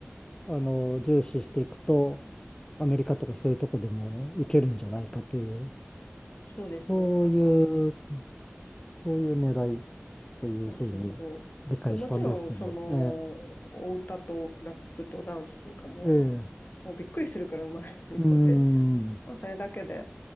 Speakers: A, on the left; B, on the left.
A: あの、重視していくと、アメリカとかそういうとこでも受けるんじゃないかという、
B: そうですね。
A: そういう、
B: なんか、
A: そういう狙いというふうに理解したんですけど、
B: そうそうそう。でもちろん、その、
A: え
B: お歌とラップとダンスがも
A: えええ
B: う、もうびっくりするくらいうまいので、
A: うーん、
B: <laughs> まあ、それだけで